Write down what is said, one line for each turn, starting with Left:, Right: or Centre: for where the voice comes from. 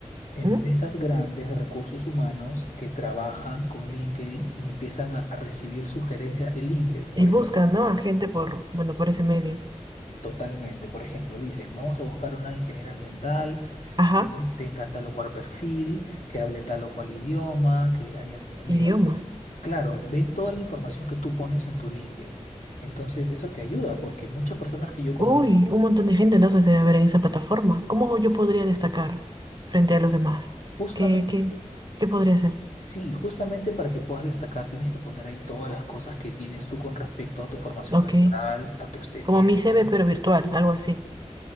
Left: empresas
Right: Mm,
Left: grandes de recursos humanos que trabajan con LinkedIn y empiezan a, a recibir sugerencias de LinkedIn. Por
Right: Y busca,
Left: ejemplo,
Right: ¿no? A gente por, bueno, por ese medio.
Left: Totalmente. Por ejemplo, dicen, vamos a buscar una ingeniera ambiental
Right: Ajá,
Left: que tenga tal o cual perfil, que hable tal o cual idioma, que haya, digamos,
Right: idiomas.
Left: claro, ven toda la información que tú pones en tu LinkedIn. Entonces, eso te ayuda porque muchas personas que yo conozco,
Right: Uy, un montón de gente entonces debe haber en esa plataforma. ¿Cómo yo podría destacar frente a los demás?
Left: justamente,
Right: ¿Qué, qué, qué podría ser?
Left: sí, justamente para que puedas destacar, tienes que poner ahí todas las cosas que tienes tú con respecto a tu formación
Right: Ok,
Left: laboral, a tu experiencia.
Right: como mi CV pero virtual, algo así.